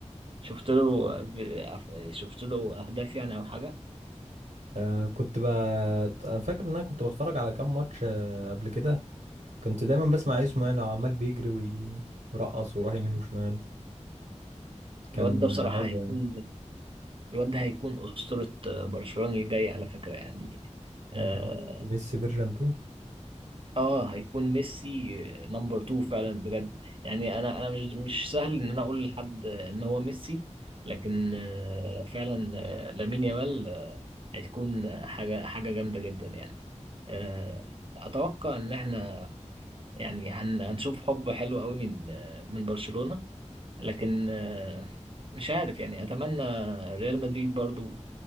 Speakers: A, on the right; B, on the right.
A: شفت له ب- شفت له اهداف يعني او حاجة
B: آه كنت بت... أنا فاكر ان انا كنت بتفرج على كام ماتش آه قبل كده كنت دايما بسمع إيه اسمه يعني عمال بيجري وي- ويرقص ويروح يمين وشمال كان
A: الواد ده بصراحة
B: آه، حلو
A: هيكون
B: يعني
A: الواد ده هيكون أسطورة برشلونة الجاي على فكرة يعني آه،
B: هيكون ميسي فيرجن 2
A: اه هيكون ميسي نمبر 2 فعلا بجد يعني انا انا مش مش سهل ان انا اقول لحد ان هو ميسي لكن آه، فعلا آه، لامين يامال آه، هتكون حاجه حاجه جامده جدا يعني آه، اتوقع ان احنا يعني هن- هنشوف حب حلو قوي من آه، من برشلونه لكن آه، مش عارف يعني اتمنى ريال مدريد برضو